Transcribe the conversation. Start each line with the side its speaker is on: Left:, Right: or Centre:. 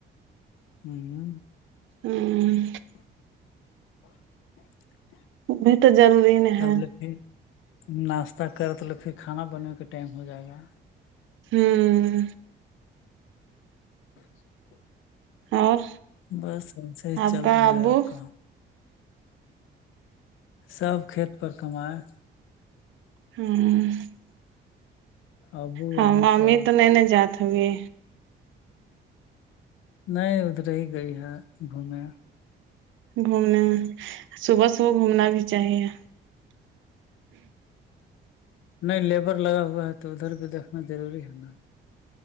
Left: <unintelligible>
Right: <unintelligible>
Left: <inaudible>
Right: <unintelligible>
Left: تب ل پھر ناشتہ کر تو ل پھر کھانا بننےے کا ٹائم ہو جائے گا
Right: ہوں
Left: <inaudible>
Right: اور
Left: بس صی
Right: آپ
Left: چل
Right: کا
Left: رہا
Right: ابو
Left: ہے ا کام سب کھیت پر کمائے
Right: ہوں
Left: ابو
Right: ہاں
Left: امی
Right: ممی
Left: سب
Right: تو نہیں نہیں جاتات ہوی
Left: نہیں ادھر ہی گئی ہے گھومے
Right: گھومنے میں صبح صبح گھومنا بھی چاہیے
Left: نہیں لیبر لگا ہوا ہے تو ادھر بھی دیکھنا ضروری ہے نا